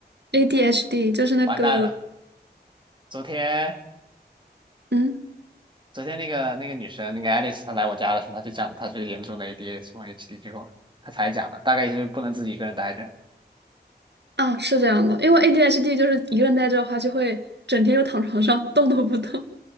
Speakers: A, on the right; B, on the right.
A: ？ADHD 就是那个，
B: 完蛋了！昨天
A: 嗯，
B: 昨天那个那个女生那个 a 丽 i 她来我家的时候，她就讲她是严重的 ADHD 或 HD 之后，她才讲了，大概意思就是不能自己一个人待着。
A: 啊，是这样的，因为 ADHD 就是一个人待着的话，就会整天就躺床上动都不动。